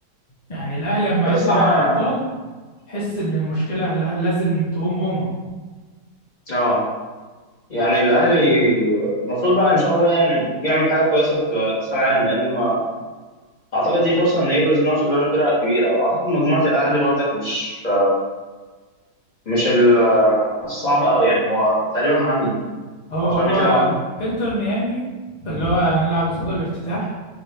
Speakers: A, on the left; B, on the left.
A: يعني الأهلي لما
B: بس
A: يطلع
B: انا
A: من الأبطال حس إن المشكلة لا- لازم تقوم قومة
B: اه يعني الاهلي المفروض بقى ان شاء الله يعني يعمل حاجه كويسه في كاس العالم لان ما اعتقد دي فرصه ان يبرز نفسه بين الفرق الكبيره واعتقد مجموعه الاهلي برضك مش مش ال- الصعبه قوي يعني هو تقريبا مع مين
A: هو
B: فكرني
A: هو
B: كده مع مين
A: انتر ميامي اللي هو هنلعب قصاد الافتتاح